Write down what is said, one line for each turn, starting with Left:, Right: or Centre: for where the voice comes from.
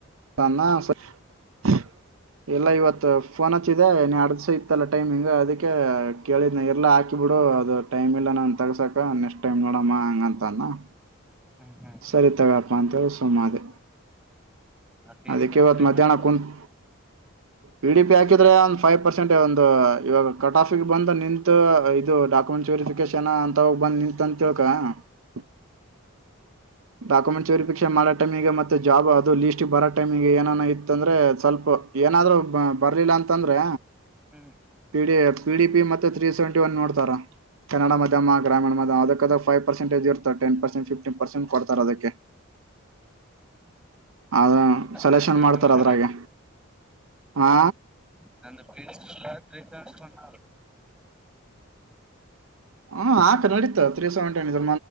Right: <unintelligible> ಎಲ್ಲ ಇವತ್ತು ಫೋನ್ ಹಚ್ಚಿದೆ ಇನ್ನ ಎರಡು ದಿವಸ ಇತ್ತಲ್ಲ ಟೈಮಿಂಗ್ ಅದಕ್ಕೆ ಕೇಳಿದ್ ಎಲ್ಲ ಹಾಕಿ ಬಿಡು ಅದು ಟೈಮ ಇಲ್ಲ ನಾನನ್ ತಗಸಕ ನೆಕ್ಸ್ಟ್ ಟೈಮ್ ನೋಡಮ್ಮ ಹಂಗಂತ ಅಂದ ಹಾ
Centre: ಹ್ಮ್ ಹ್ಮ್ ಹ್ಮ್
Right: ಸರಿ ತಗಪ್ಪಾ ಅಂತೇಳಿ ಸುಮ್ಮಾದೇ
Centre: ಪಿಡಿ
Right: ಅದಕೆ
Centre: ಹಾಕಿರ
Right: ಇವತ್ತ್ ಮಧ್ಯಾನ
Centre: ಏನಾಗ್ತದ
Right: ಕುಂತು ಪಿ ಡಿ ಪಿ ಹಾಕಿದ್ರೆ ಒಂದ್ ಫೈವ್ ಪರ್ಸೆಂಟ್ ಒ ಇವಾಗ ಕಟ್ ಆಫ ಬಂದು ನಿಂತು ಇದು ಡಾಕ್ಯುಮೆಂಟ್ಸ್ ವೆರಿಫಿಕೇಶನ್ ಅಂತಾಗ ಬಂದ ನಿಂತತ್ ಅಂತ. <unintelligible> ಡಾಕ್ಯುಮೆಂಟ್ಸ್ರಿ ಪೀಕ್ಷೆ ಮಾಡೋ ಟೈಮಿಗೆ ಮತ್ತೆ ಜಾಬ್ ಅದು ಲೀ್ಟಿಗೆ ಬರೋ ಟೈಮಿಗೆ ಏನ ಇತ್ತ ಅಂದ್ರೆ ಸ್ವಲ್ಪ.. ಏನಾದ್ರು ಬರ್ಲಿಲ್ಲ ಅಂತಂದ್ರೆ..
Centre: ಹ್ಮ್
Right: ಪಿಡಿ ಪಿಡಿ ಪಿ ಮತ್ತೆ ತ್ರೀ ಸೆವೆಂಟಿ ಒನ್ ನೋಡ್ತಾರಾ.. ಕನ್ನಡ ಮಾಧ್ಯಮ ಗ್ರಾಮೀಣ ಮಾಧ್ಯ ಅದಕ್ಕದ ಫೈ ಪರ್ಸೆಟಜ ಇತ ಟನ್ ಪರ್ಸೆಟ್ ಟೀನ್ ಪರ್ಟ್.. ಕೊಡ್ತಾರ ಅದಕ್ಕೆ ಆದ. ಸೆಲೆಷನ್
Centre: ತ್ರೀ ಸೆವೆಂಟಿ
Right: ಮಾಡ್ತಾರ
Centre: ಒನ್
Right: ಅದ್ರಾಗೆ ಹಾ.
Centre: ನಂದು ಪ್ರನ್ಫಲ.
Right: ಹಾ ನಡಿತ ತ್ರ ಸವೆಂಟನ್ ಇದ